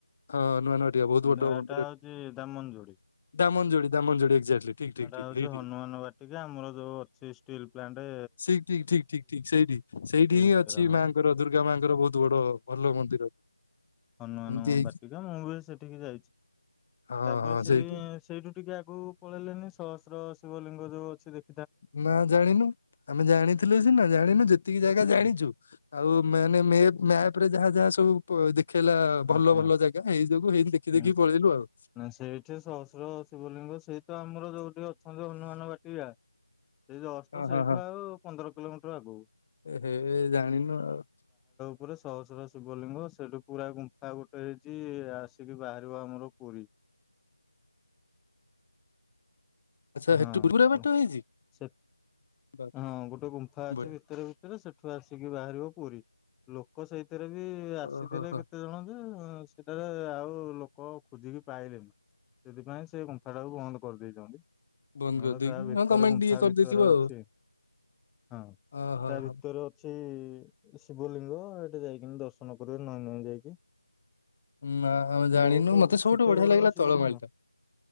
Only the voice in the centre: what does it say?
ତା
ନାଁ
ଟା ହୋଉଚି ଦାମନଯୋଡି।
ସେଟା
ହୋଉଚି
ହନୁମାନ ବାଟିକା ଆମର ଯୋଉ ଅଛି ଷ୍ଟିଲ୍ ପ୍ଲାଣ୍ଟେ
ଭିତରେ
ହଁ
ହନୁମାନଙ୍କ
ବାଟିକା ମୁଁ ବି ସେଠିକି ଯାଇଚି
ଆଉ ତାପରେ
ସେଇ
ସେଇଠୁ ଟିକେ ଆଗକୁ ପଳେଇଲେନି ସହସ୍ର ଶିବଲିଙ୍ଗ ଯୋଉ ଅଛି ଦେ
ସେ
ଆଚ୍ଛା
ହୁଁ।
ନା ସେଇଠି ସହସ୍ର ଶିବଲିଙ୍ଗ ସେଇ ତ ଆମର ଯୋଉଠି ଅଛନ୍ତି ହନୁମାନ ବାଟିକା ସେଇ ଯସ୍ଟ
ସେଇଠୁ
ଆଉ ପନ୍ଦର କିଲୋମିଟର ଆଗକୁ।
ପୁରା ଶହସ୍ର ଶିବଲିଙ୍ଗ ସେଠୁ ପୁରା ଗୁ ଆଉ ଗୋଟେ ହେଇଚି ଆସିକି ବାହାରିବ ଆମର ପୁରି।
ହଁ
କୁହ
ସେ
ହଁ ଗୋଟେ ଗୁମ୍ଫା ଅଛି
ଭିତରେ ଭିତରେ ସେଠୁ ଆସିକି ବାହାରିବ ପୁରୀ ଲୋକ ସେଇଥିରେ ବି ଆସିଥିଲେ
କେତେ ଜଣ ଯେ ହ ସେଟାରେ ଆଉ ଲୋକ ଖୋଜିକି ପାଇଲେନି। ସେଥିପାଇଁ ସେ ଗୁମ୍ଫା ଟାକୁ ବନ୍ଦ କରିଦେଇଚନ୍ତି।
ନହେଲେ
ତା ଭିତରେ
ଗୁମ୍ଫା
ଭିତରେ
ଅଛି। ହଁ
ତା
ଭିତରେ ଅଛି ଶି ଶିବଲିଙ୍ଗ ଏଠେ ଯାଇକିନି ଦର୍ଶନ କରିବେ ନଈଁ ନଇଁ ଯାଇକି।
ବହୁତ
ଛୋଟ
ବଡ
ଶିବଲିଙ୍ଗ